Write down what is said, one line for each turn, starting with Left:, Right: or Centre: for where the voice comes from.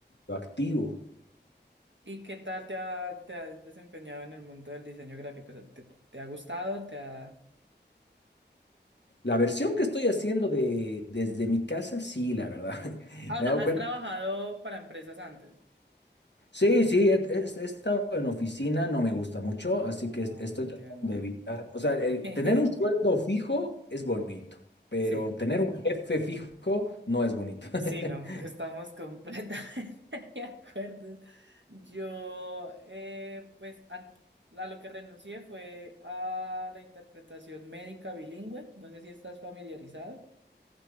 Left: activo.
Right: ¿Y qué tal te, ha- te has desempeñado en el mundo del diseño gráfico? O sea, ¿te, te ha gustado? ¿Te ha...
Left: La versión que estoy haciendo de desde mi casa, sí, la verdad. <laughs>
Right: Ah,
Left: Me
Right: o sea,
Left: he dado
Right: ¿has
Left: cuenta
Right: trabajado para empresas antes?
Left: Sí, sí, he, he- he estado en oficina, no me gusta mucho, así
Right: Oh,
Left: que es- estoy
Right: entiendo.
Left: tratando de evitar. O sea, el
Right: <laughs>
Left: tener un sueldo fijo es bonito, pero
Right: Sí,
Left: tener un jefe fijo no es bonito. <laughs>
Right: sí, no, estamos completamente <laughs> de acuerdo. Yo, eh, pues, an- a lo que renuncié fue a la interpretación médica bilingüe. No sé si estás familiarizado.